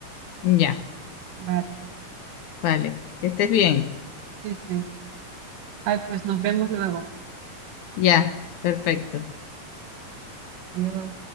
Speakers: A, on the left; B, on the right.
A: Ya,
B: Vale,
A: vale. Que estés bien.
B: sí, sí. Ay, pues nos vemos luego.
A: Ya, perfecto.
B: Adiós.